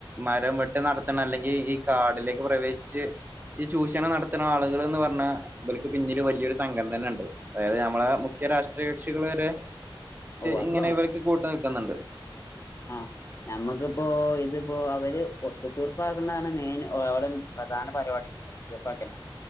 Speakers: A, on the right (about 20°); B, on the left (about 30°).
A: മരം വെട്ട് നടത്തണം അല്ലെങ്കിൽ ഈ കാടിലേക്ക് പ്രവേശിച്ച് ഈ ചൂർണ നടത്ത്ണ ആള്കൾ എന്ന് പർഞ്ഞാ ഭൽക്ക് പിന്നില് വലിയൊരു സംഘം തന്നെ ഇണ്ട് അതായത് നമ്മളെ മുഖ്യ രാഷ്ട്രയ കക്ഷികള് വരെ
B: ഓ അത്
A: ഇങ്ങനെ
B: വേണ്ട
A: ഇവർക്ക് കൂട്ടു നിക്ക്ന്ന്ണ്ട്
B: ആഹ് നമ്മുക്കിപ്പോ ഇതിപ്പോ അവര് ഒത്തു തീർപ്പാക്കുന്നതാണ് മെയിൻ ഓര പ്രധാന പരിവാടി ഒത്ത്തീർപ്പാക്കല